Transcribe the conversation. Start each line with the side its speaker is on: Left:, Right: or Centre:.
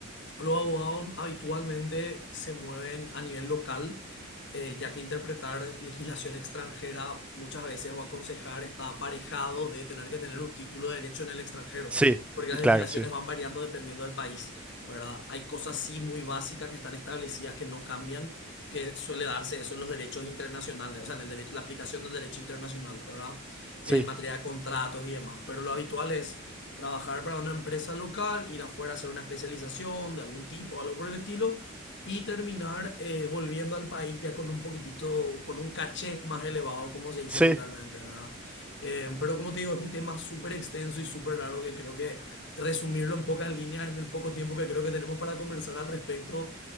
Left: Los abogados habitualmente se mueven a nivel local, eh, ya que interpretar legislación extranjera muchas veces o aconsejar está aparejado de tener que tener un título de derecho en el extranjero,
Centre: Sí,
Left: porque
Centre: y
Left: las
Centre: claro,
Left: legislaciones
Centre: sí.
Left: van variando dependiendo del país, ¿verdad? Hay cosas sí muy básicas que están establecidas que no cambian, que suele darse eso en los derechos internacionales, o sea, en el derecho- la aplicación del derecho internacional, ¿verdad?
Centre: Sí,
Left: En materia de contratos y demás, pero lo habitual es trabajar para una empresa local, ir afuera a hacer una especialización de algún tipo, algo por el estilo, y terminar eh, volviendo al país ya con un poquitito, con un caché más elevado, como se dice
Centre: sí,
Left: vulgarmente, ¿verdad? Eh, pero como te digo, es un tema súper extenso y súper largo que creo que resumirlo en pocas líneas, en el poco tiempo que creo que tenemos para conversar al respecto,